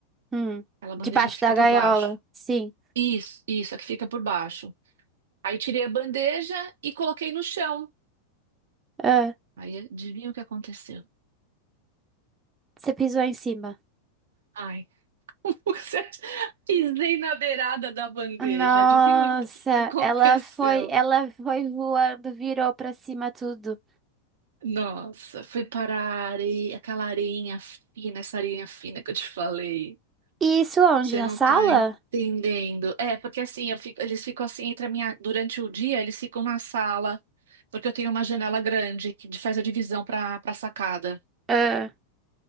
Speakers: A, on the right (about 20°); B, on the right (about 60°).
A: hum.
B: aquela
A: Debaixo
B: bandeja que fica
A: da
B: por
A: gaiola.
B: baixo.
A: Sim.
B: Isso, isso, a que fica por baixo. Aí tirei a bandeja e coloquei no chão.
A: Ah,
B: Aí adivinha o que aconteceu?
A: você pisou em cima.
B: Ai, <laughs> você- acha- pisei na beirada da bandeja.
A: Nossa,
B: Adivinha o que que aconteceu?
A: ela foi, ela foi voando, virou pra cima tudo.
B: Nossa, foi parar a areia, aquela areinha fina, essa areinha fina que eu te falei.
A: E isso onde?
B: Você
A: Na
B: não
A: sala?
B: tá entendendo. É, porque assim, eu fico- eles ficam assim entre a minha, durante o dia, eles ficam na sala, porque eu tenho uma janela grande que faz a divisão para para sacada.
A: Ah,